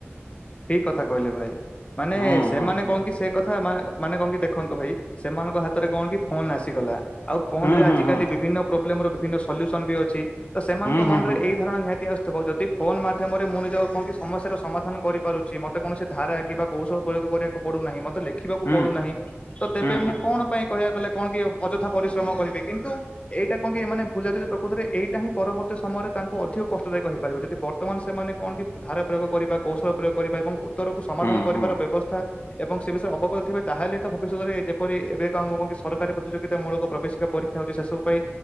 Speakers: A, on the left; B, on the left.
A: ଠିକ୍ କଥା କହିଲେ ଭାଇ ମାନେ
B: ହୁଁ
A: ସେମାନେ
B: ହୁଁ ହୁଁ
A: କଣ କି ସେ କଥା ମା ମାନେ କଣ କି ଦେଖନ୍ତୁ ଭାଇ ସେମାନଙ୍କ ହାତରେ କଣ କି ଫୋନ ଆସିଗଲା ଆଉ ଫୋନ
B: ହୁଁ
A: ରେ
B: ହୁଁ
A: ଆଜିକାଲି ବିଭିନ୍ନ ପ୍ରୋବ୍ଲେମ ର ବିଭିନ୍ନ ସଲ୍ୟୁସନ ବି ଅଛି ତ ସେମାନଙ୍କ
B: ହୁଁ ହୁଁ
A: ମନରେ
B: ହୁଁ
A: ଏଇ ଧାରଣା ନିହାତି ଆସୁ ଥିବ ଯଦି ଫୋନ ମାଧ୍ୟମରେ ମୁଁ ନିଜ କଣ କି ସମସ୍ୟାର ସମାଧାନ କରିି ପାରୁଛି ମତେ କୌଣସି ଧାରା କିମ୍ବା କୌଶଳ ପ୍ରୟୋଗ କରିବାକୁ ପଡୁ ନାହିଁ ମତେ ଲେଖିବାକୁ
B: ହୁଁ
A: ପଡୁନାହିଁ ତ ତେବେ
B: ହୁଁ
A: ମୁଁ କଣ ପାଇଁ କହିବାକୁ ଗଲେ କଣ କି ଅଯଥା ପରିଶ୍ରମ କରିବି କିନ୍ତୁ ଏଇଟା କଣ କି ଏମାନେ ଭୁଲ ଯାଉଛନ୍ତି ପ୍ରକୃତରେ ଏଇଟା ହିଁ ପରବର୍ତ୍ତୀ ସମୟରେ ତାଙ୍କୁ ଅଧିକ କଷ୍ଟଦାୟକ ହେଇପାରିବ ଯଦି ବର୍ ବର୍ତ୍ତମାନ ସେମାନେ କଣ କି ଧାରା ପ୍ରୟୋଗ କରିବା କୌଶଳ ପ୍ରୟୋଗ କରିବା ଏବଂ ଉତ୍ତରକୁ ସମାଧାନ
B: ହୁଁ
A: କରିବାର
B: ହୁଁ
A: ବ୍ୟବସ୍ଥା ଏବଂ ସେ ବିଷୟରେ ଅବଗତ ଥିବେ ତାହେଲେ ତ ଭବିଷ୍ୟତରେ ଯେପରି ଏବେ କଣ ଆମର କଣ କି ସରକାରୀ ପ୍ରତିଯୋଗିତାମୂଳକ ପ୍ରବେଶିକା ପରୀକ୍ଷା ହଉଛି ସେ ସବୁ ପାଇଁ